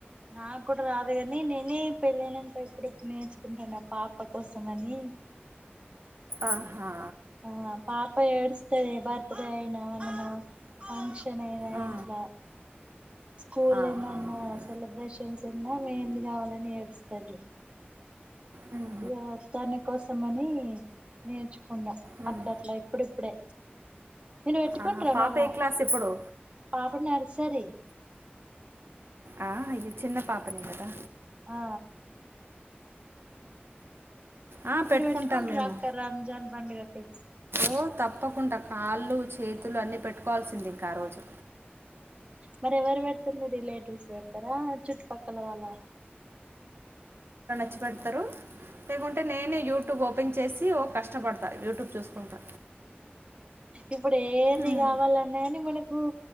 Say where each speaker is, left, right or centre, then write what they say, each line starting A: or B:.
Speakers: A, on the right; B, on the right.
A: నాకు కూడా రాదు కాని నేనే పెళ్ళనాంక ఇప్పుడెప్పుడు నేర్చుకుంటాన పాప కోసం అని
B: ఆహా
A: ఆ పాప ఏడుస్తది బర్త్ డే అయినా ఏమన్నా ఫంక్షన్ నైనా
B: ఆ,
A: ఇంట్లో స్కూల్
B: ఆహా.
A: ఏమన్నా సెలబ్రేషన్స్ ఉన్నా మేహంది కావాలని ఏడుస్తుంది
B: ఉమ్,
A: ఇగ తనకోసం అని నేర్చుకున్నా
B: ఉమ్.
A: అట్ల అట్లా ఇప్పుడిప్పుడే మీరు పెట్టుకుంటార
B: ఆహా పాప
A: మర
B: ఏ క్లాస్ ఇప్పుడు
A: పాపడి నరిసారి
B: ఆ, అయ్యో చిన్న పాపనే కదా
A: ఆ
B: ఆ,
A: మీరు
B: పెట్టుకుంటాం
A: పెట్టుకుంటారు
B: మేము
A: అక్క రంజాన్ పండుగకి,
B: ఓ తప్పకుండా కాళ్ళు చేతులు అన్నీ పెట్టుకోవాల్సింది ఇంకా ఆ రోజు
A: మరె మరి మీ రిలేటివ్స్ పెడతారా చుట్టుపక్కల వాళ్ళ
B: ఖచి పెడతారు లేకుంటే నేనే యూట్యూబ్ ఓపెన్ చేసి ఓ కష్టపడతా యూట్యూబ్ చూసుకుంటా
A: ఇప్పుడు ఏది
B: ఉమ్,
A: కావాలన్నా కాని మనకు